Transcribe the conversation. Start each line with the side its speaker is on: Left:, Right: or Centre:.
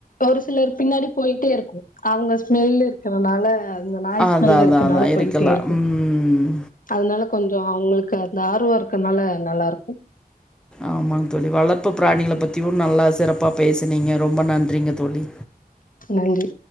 Left: ஒரு சிலர் பின்னாடி போயிட்டே இருக்கும் அவங்க ஸ்மெல் இருக்கறனால உங்க நாய்
Centre: அதான், அதான்,
Left: இருக்கனால
Centre: அதான். இருக்கலாம்.
Left: போயிட்டே இருக்கும்
Centre: ம்.
Left: அதனால அதனால கொஞ்சம் அவங்களுக்கு அந்த ஆர்வம் இருக்கனால நல்லா இருக்கும்
Centre: ஆமாங்க தோழி வளர்ப்பு பிராணிகளை பத்தியும் நல்லா சிறப்பா பேசுனீங்க ரொம்ப நன்றிங்க தோழி
Left: நன்றி